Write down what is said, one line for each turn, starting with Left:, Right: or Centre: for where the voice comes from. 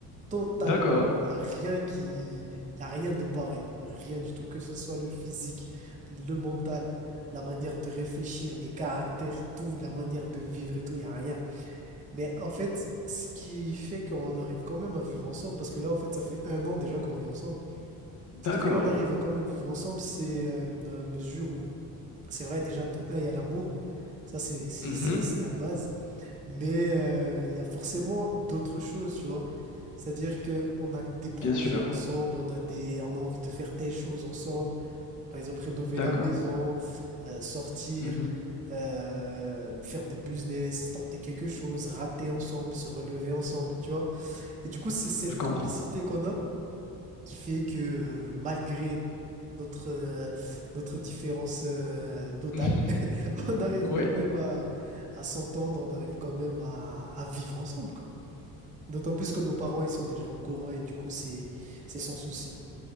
Right: Totalement.
Left: D'accord,
Right: Il n'y a rien qui, il y a rien de pareil. Rien du tout. Que ce soit le physique, le mental, la manière de réfléchir, les caractères, tout, la manière de vivre et tout, il n'y a rien. Mais en fait, ce qui fait qu'on arrive quand même à vivre ensemble, parce que là, en fait, ça fait un an déjà qu'on vit ensemble.
Left: d'accord.
Right: Ce qui fait qu'on arrive à quand même vivre ensemble, c'est euh, dans la mesure où, c'est vrai, déjà, de un, il y a l'amour. Ça, c'est c'est-
Left: Mhm,
Right: c'est- c'est la base. Mais euh, il y a forcément d'autres choses, tu vois. C'est-à-dire que on a des projets
Left: bien sûr,
Right: ensemble, on a des, on a envie de faire telle chose ensemble. Par exemple, rénover
Left: d'accord.
Right: la maison, euh, sortir,
Left: Mhm,
Right: euh, faire des business, tenter quelque chose, rater ensemble, se relever ensemble, tu vois. Et du coup, c'est cette
Left: je comprends.
Right: complicité qu'on a qui fait que euh, malgré notre euh, notre différence euh, totale,
Left: <laughs>
Right: <laughs> on arrive
Left: Oui.
Right: quand même à, à s'entendre, on arrive quand même à, à vivre ensemble, quoi. D'autant plus que nos parents, ils sont déjà au courant et du coup, c'est, c'est sans souci.